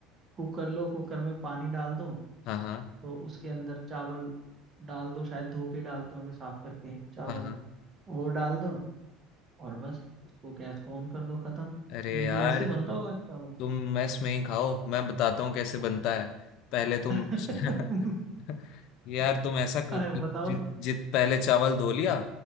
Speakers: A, on the right; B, on the left.
A: कुकर लो कुकर में पानी डाल दो
B: हाँ हाँ
A: तो उसके अंदर चावल डाल दो शायद धो के डालते होंगे साफ करके चावल
B: हाँ हाँ
A: वो डाल दो और बस उसको गैस को ऑन कर दो खत्म
B: अरे
A: मे
B: यार
A: बी ऐसे ही बनता होगा चावल
B: तुम मेस में ही खाओ मैं बताता हूँ कैसे बनता है पहले तुम
A: <laughs>
B: <laughs> यार तुम ऐसा कर-
A: हाँ,
B: जि,
A: बताओ
B: जि,
A: फिर
B: जित पहले चावल धो लिया